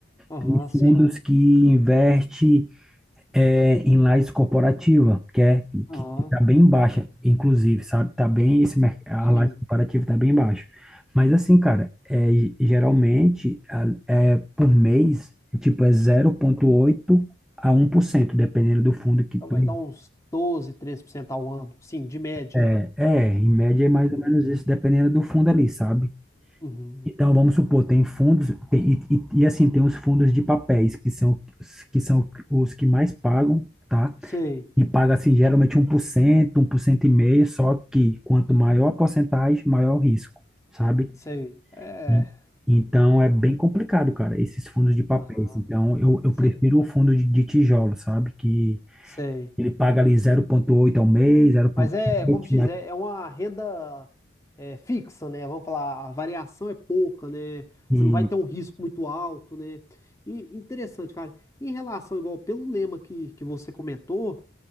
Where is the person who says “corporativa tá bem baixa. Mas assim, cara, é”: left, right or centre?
Centre